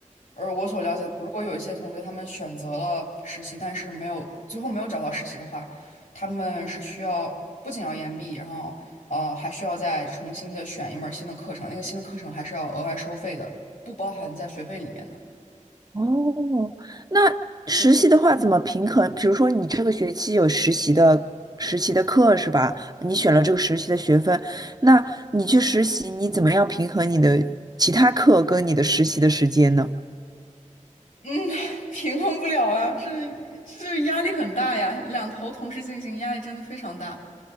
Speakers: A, on the left (about 80°); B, on the right (about 30°).
A: 而我所了解的，如果有一些同学他们选择了实习，但是没有最后没有找到实习的话，他们是需要不仅要延毕，然后呃还需要再重新的选一门儿新的课程，那个新的课程还是要额外收费的，不包含在学费里面的。
B: 哦，那实习的话怎么平衡？比如说你这个学期有实习的实习的课是吧？你选了这个实习的学分，那你去实习，你怎么样平衡你的其他课跟你的实习的时间呢？
A: 嗯，<laughs> 平衡不了啊，这这压力很大呀，两头同时进行，压力真的非常大。